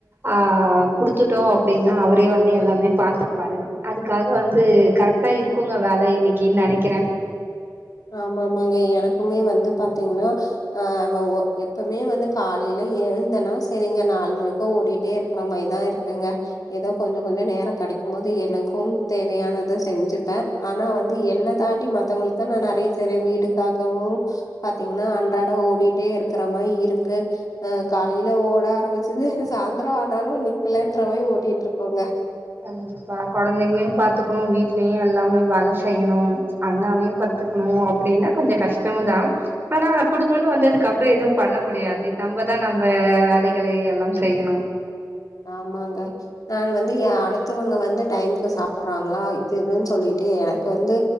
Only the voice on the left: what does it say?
ஆமாமாங்க எனக்குமே வந்து பாத்தீங்கன்னா ஆஹ் எப்பவுமே வந்து காலையில எழுந்தனா சரிங்க நாள் முழுக்க ஓடிட்டே இருக்கிற மாதிரிதா இருக்கு இருங்க ஏதோ கொஞ்ச கொஞ்ச நேரம் கிடைக்கும் போது எனக்கும் தேவையானத செஞ்சுப்ப ஆனா வந்து என்னை தாண்டி மத்தவங்களுக்குத்தா நா நெறைய செய்றவ வீடுக்காகவு பாத்தீங்கன்னா அன்றாட ஓடிட்டே இருக்குற மாதிரி இருக்கு அஹ் காலையில ஓட ஆரம்பிச்சது சாயந்தர ஆனாலு நிக்கலன்ற மாரி ஓட்டிட்டு இருக்கோங்க
ஆமாங்க நானு வந்து எ அடுத் த்தவங்க வந்து டைமுக்கு சாப்புட்றாங்களா இதுதுன்னு சொல்லிட்டு எனக்கு வந்து